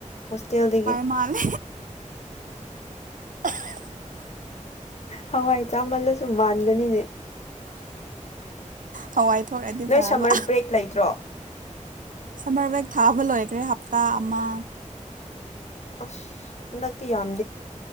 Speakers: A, on the left; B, on the right.
A: ꯍꯣꯁꯇꯦꯜꯗꯒꯤ
B: ꯃꯥꯂꯦ <inaudible>
A: ꯍꯋꯥꯏ ꯆꯥꯃꯜꯂꯁꯨ ꯃꯥꯟꯒꯅꯤꯅꯦ
B: ꯍꯋꯥꯏ ꯊꯣꯛꯔꯗꯤ
A: ꯅꯣꯏ
B: ꯐꯥꯕ
A: ꯁꯝꯃꯔ ꯕ꯭ꯔꯦꯛ ꯂꯩꯇ꯭ꯔꯣ
B: ꯁꯝꯃꯔ ꯕꯦꯛ ꯊꯥꯕ ꯂꯣꯏꯈ꯭ꯔꯦ ꯍꯞꯇꯥ ꯑꯃ
A: ꯑꯁ ꯍꯟꯗꯛꯇꯤ ꯌꯥꯝ